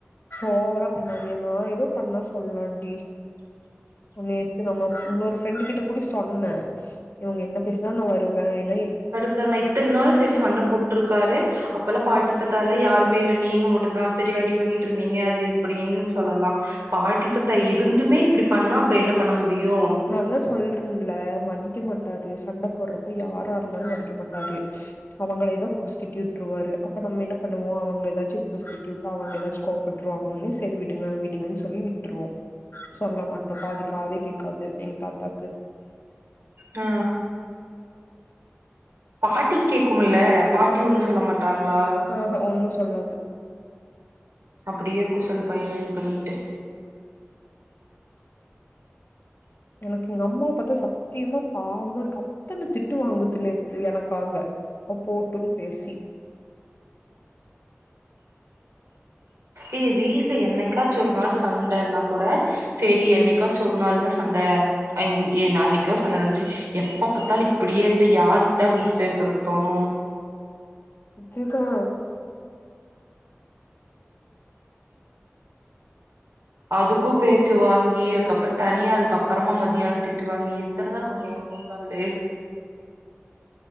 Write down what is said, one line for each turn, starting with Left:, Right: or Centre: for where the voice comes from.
Left: ஓவரா பண்ணாதியா நா ஏதோ பண்ணா சொல்லாண்டி நேத்து நம்ம இன்னொரு ஃப்ரெண்டு கிட்ட கூட சொன்ன இவங்க என்ன பேசுனாலு நா வருவ ஏன்னா
Right: இத்தனை இத்தன் நாள் சேரி சண்ட போட்டுருக்காரு அப்பெல்லா பாட்டி தாத்தால யாருமே இல்ல நீங்க மட்டும்தா செரியா அடி வாங்கிட்டு இருந்தீங்க அது எப்டினு சொல்லலா பாட்டி தாத்தா இருந்துமே இப்டி பண்ணா அப்ப என்ன பண்ண முடியு
Left: நா தா சொல்றேன்ல மதிக்க மாட்டாரு சண்ட போட்றப்ப யாரா இருந்தாலு மதிக்க மாட்டாரு அவங்கள ஏதா புடிச்சு திட்டு விட்ருவாரு அப்ப நம்ம என்ன பணுவோ அவங்கல ஏதாச்சு புடிச்சு திட்டி விட்டா அவங்க ஏதாச்சு கோவப்பட் றுவாங்க செரி விடுங்க விடுங்கனு சொல்லி விட்ருவோ சொல்ல மாட் பாதி காது கேக்காது எங் தாத்தாக்கு
Right: ஆ பாட்டிக்கேக்குல பாட்டி ஒன்னு சொல்ல மாட்டாங்ளா
Left: ஆ ஆ ஒண்ணு சொல்லாது
Right: அப்டியே இருக்க சொல்லு பையன இது பணிட்டு
Left: எனக்கு எங்க அம்மாவ பாத்தா சத்தியமா பாவமா இருக்கு அத்தன திட்டு வாங்குது நேத்து எனக்காக போட்டுன் பேசி
Right: ஏய் வீட்ல என்னைக்காச்சு ஒரு நாள் சண்டனா கூட சேரி என்னைக்காச்சு ஒரு நாள்தா சண்ட அ என் நா அன்னைக்கோ சண்ட நினைச்சு எப்ப பாத்தாலு இப்டியே இருந்த யாரு தா வீட்ல இருக்கற தோணு
Left: அதுதா
Right: அதுக்கு பேச்சு வாங்கி அதுக்கப்றோ தனியா அதுக்கு அப்றமா மதியான திட்டு வாங்கி எத்தனதா பண்ணுவாங் போறாளே